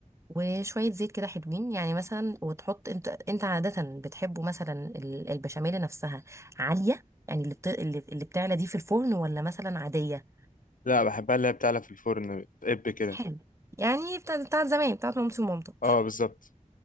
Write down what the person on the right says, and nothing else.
وشويه زيت كده حلوين يعني مثلا وتحط انت انت عاده بتحبه مثلا ال- البشاميل نفسها عاليه يعني اللي بت... اللي اللي بتعلى دي في الفرن ولا مثلا عاديه
حلو يعني بتاع بتاع زمان بتاعت مامتي ومامتك